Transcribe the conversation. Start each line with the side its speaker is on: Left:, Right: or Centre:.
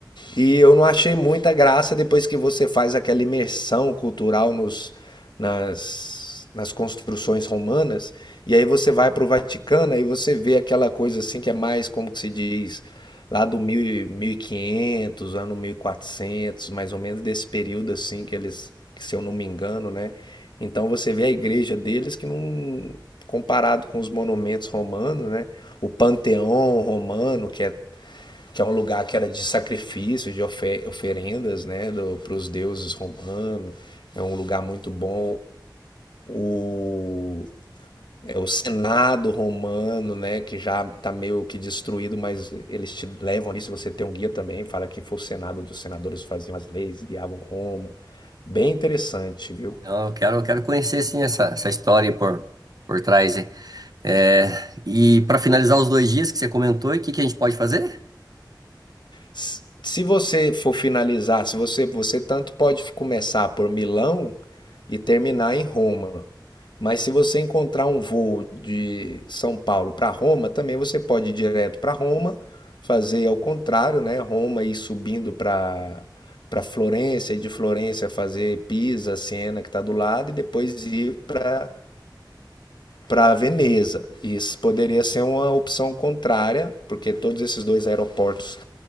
Left: e eu não achei muita graça depois que você faz aquela imersão cultural nos, nas, nas construções romanas, e aí você vai para o Vaticano, aí você vê aquela coisa assim que é mais, como que se diz, lá do mil e- mil e quinhentos ano 1400 mais ou menos desse período assim que eles, que, se eu não me engano, né? Então você vê a igreja deles que não, comparado com os monumentos romanos, né? O Panteão romano, que é que é um lugar que era de sacrifício, de ofe- oferendas, né, para os deuses romanos. É um lugar muito bom. O, é o Senado romano, né, que já está meio que destruído, mas eles te levam ali. Se você tem um guia também, fala que foi o Senado onde os senadores faziam as leis, guiavam Roma. Bem interessante, viu?
Right: Então, eu quero, eu quero conhecer sim essa, essa história aí por, por trás aí. É, e para finalizar os dois dias que você comentou, o que, que a gente pode fazer?
Left: S- Se você for finalizar, se você, você tanto pode começar por Milão e terminar em Roma. Mas se você encontrar um voo de São Paulo para Roma, também você pode ir direto para Roma, fazer ao contrário, né? Roma e subindo para para Florença e de Florença fazer Pisa, Siena, que está do lado, e depois ir para para Veneza. Isso poderia ser uma opção contrária, porque todos esses dois aeroportos